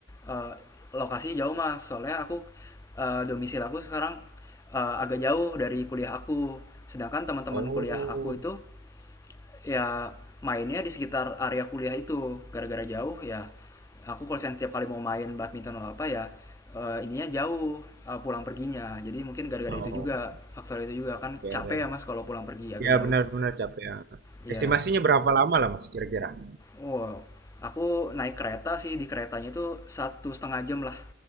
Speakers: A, on the left (about 15°); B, on the right (about 50°).
A: eh, lokasi jauh mas. Soalnya aku eh, domisil aku sekarang eh, agak jauh dari kuliah aku. Sedangkan teman-teman
B: Oh.
A: kuliah aku itu ya mainnya di sekitar area kuliah itu. Gara-gara jauh ya aku kalau setiap kali mau main badminton atau apa ya eh, ininya jauh eh, pulang perginya. Jadi mungkin gara-gara
B: Oh.
A: itu juga faktor itu juga kan
B: Ya,
A: capek
B: ya.
A: ya mas kalau pulang pergi agak
B: Ya,
A: jauh.
B: benar benar capek ya.
A: Ya
B: Estimasinya berapa lama lah Mas kira-kira?
A: Wow, aku naik kereta sih di keretanya itu satu setengah jam lah,